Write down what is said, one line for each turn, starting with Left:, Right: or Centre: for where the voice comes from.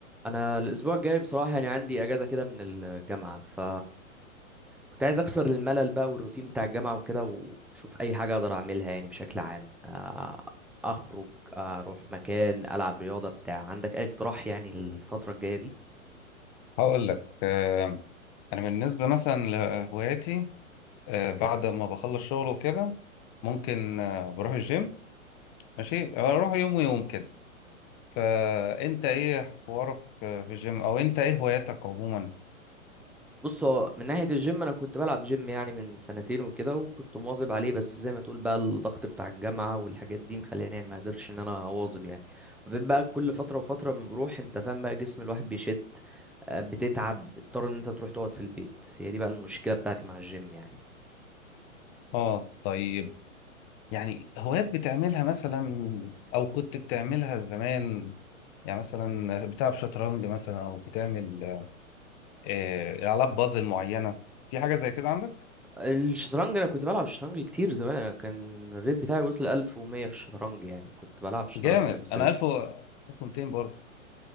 Centre: انا الاسبوع الجاي بصراحه يعني عندي اجازه كده من الجامعه ف كنت عايز اكسر الملل بقى والروتين بتاع الجامعه وكده واشوف اي حاجه اقدر اعملها يعني بشكل عام آه، اخرج آه، اروح مكان العب رياضه بتاع عندك اي اقتراح يعني الفتره الجايه دي
Left: هقول لك آه، انا بالنسبه مثلا لهواياتي آه، بعد ما بخلص شغل وكده ممكن آه، بروح الجيم ماشي اروح يوم ويوم كده فانت ايه حوارك آه، في الجيم او انت ايه هواياتك عموما
Centre: بص هو من ناحية الجيم أنا كنت بلعب جيم يعني من سنتين وكده وكنت مواظب عليه بس زي ما تقول بقى الضغط بتاع الجامعة والحاجات دي مخليني يعني ما قدرتش إن أنا أواظب يعني فبقيت بقى كل فترة وفترة بنروح أنت فاهم بقى جسم الواحد بيشد آه، بتتعب بتضطر إن أنت تروح تقعد في البيت هي دي بقى المشكلة بتاعتي مع الجيم يعني
Left: اه طيب يعني هوايات بتعملها مثلا او كنت بتعملها زمان يعني مثلا بتلعب شطرنج مثلا او بتعمل آه، آه، العاب بازل معينه في حاجه زي كده عندك
Centre: الشطرنج أنا كنت بلعب شطرنج كتير زمان أنا كان الريت بتاعي وصل 1100 في الشطرنج يعني كنت بلعب شطرنج
Left: جامد
Centre: بس
Left: انا 1000 و- 1200 برضه